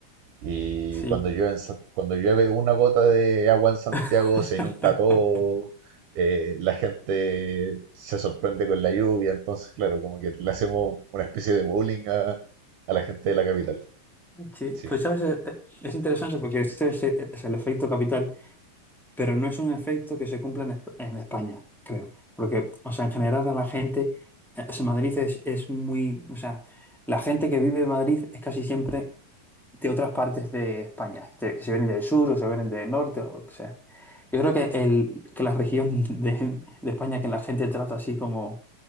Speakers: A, on the right; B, in the centre.
A: y
B: sí.
A: cuando llueve, en Sa- cuando llueve una gota de agua en Santiago
B: <laughs>
A: se inunda todo, eh, la gente se sorprende con la lluvia, entonces claro, como que le hacemos una especie de bullying a, a la gente de la capital.
B: Sí,
A: Sí.
B: pues sabes, Eh, eh, es interesante porque este es, eh, es el efecto capital. pero no es un efecto que se cumpla en, Esp- en España, creo. Porque, o sea, en general a la gente, eh, o sea, Madrid es, es muy, o sea, la gente que vive en Madrid es casi siempre de otras partes de España, que, que se vienen del sur o se vienen del norte o lo que sea. Yo creo que, el, que la región <laughs> de, de España que la gente trata así como,